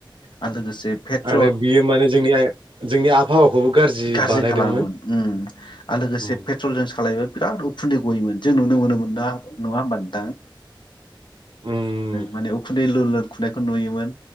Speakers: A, on the left; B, on the right.
A: आरो लोगोसे पेट्रल
B: आरो बियो माने जोंनि जोंनि आबहावाखौबो
A: गाज्रि
B: बानायदोंमोन
A: खालामोन ओम आरो लोगोसे
B: उम
A: पेट्रलजों सालायब्ला बिराद उखुन्दै गयोमोन जों नुनो मोनोमोन <unintelligible> ओम
B: उम
A: माने उखुन्दै लोर लोर खुनायखौ नुयोमोन